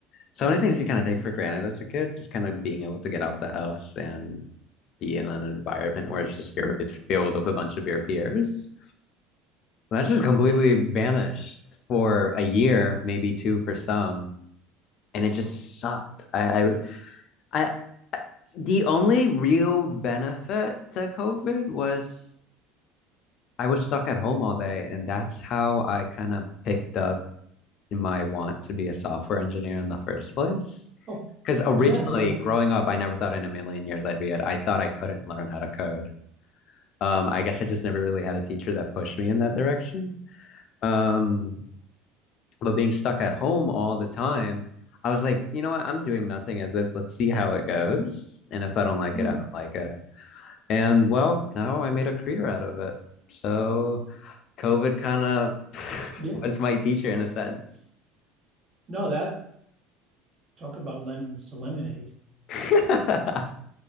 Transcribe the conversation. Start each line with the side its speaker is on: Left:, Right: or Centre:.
Left: so many things you kind of take for granted as a kid, just kind of being able to get out the house and be in an environment where it's just your it's filled with a bunch of your peers. That just completely vanished for a year, maybe two for some, and it just sucked. I I I, I the only real benefit to COVID was I was stuck at home all day, and that's how I kind of picked up my want to be a software engineer in the first place.
Right: Oh,
Left: Because originally,
Right: yeah, there you go.
Left: growing up, I never thought in a million years I'd be it. I thought I couldn't learn how to code. Um, I guess I just never really had a teacher that pushed me in that direction. Um, but being stuck at home all the time, I was like, you know what? I'm doing nothing as is. Let's see how it goes. And if I don't like
Right: Mm.
Left: it, I don't like it. And well, now I made a career out of it. So COVID kind of
Right: Yeah.
Left: <laughs> was my teacher in a sense.
Right: No, that talk about lemons to lemonade.
Left: <laughs>